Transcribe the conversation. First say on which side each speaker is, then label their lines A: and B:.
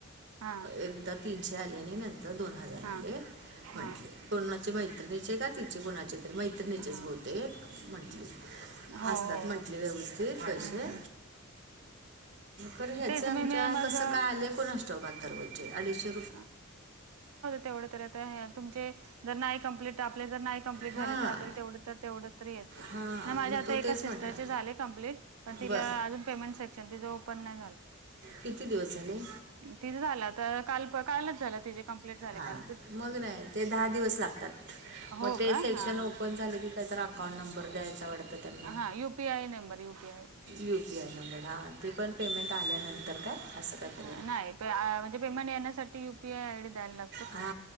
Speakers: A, on the right; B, on the right.
A: हा
B: एकदा तीनशे आली आणि नंतर दोन हज <unintelligible>
A: हा हा
B: म्हणली कोणाच्या मैत्रिणीचे का तिचे कोणाचे तर मैत्रि
A: हा
B: <unintelligible> बहुतेक म्हटले
A: हो हो
B: असतात म्हंटले
A: हो
B: व्यवस्थित पैशे.
A: हम्म हम्म
B: खर ह्याच
A: तेच
B: आमच्या
A: मी मी मग
B: कसं काय आले कोणास ठाऊक अथर्व चे अडिशे
A: <unintelligible> तेवढ तरी आता तुमचे जर नाही कंप्लीट आपले जर नाही कम्प्लीट झाले
B: हां
A: तर आपल्याला तेवढे तर तेवढे तर येतंय
B: हां
A: नाही माझ्या
B: मग
A: आता
B: तो
A: एका
B: तेच
A: सिसटर
B: म्हटला
A: चे झालंय कम्पलेट पण तिला
B: बरं
A: अजून पेमेंट सेक्शन तिचा ओपन नाही झाल.
B: किती दिवस झाले
A: तिच झाल आता काल कालच झालं तिचे कम्प्लीट झाले
B: हां
A: काल
B: मग नाही ते दहा दिवस लागतात
A: <unintelligible>
B: मग ते
A: का
B: सेक्शन
A: हा हा
B: ओपन झाले की काही तर अकाउंट नंबर द्यायचा वाट त्यांना
A: हा UPI number UPI
B: U P I number हा ते पण पेमेंट आल्यानंतर काय? असं काहीतरी
A: हा
B: आहे
A: नाही तर म्हणजे पेमेंट येण्यासाठी यु पी आय आयडी द्यायला लाग
B: हा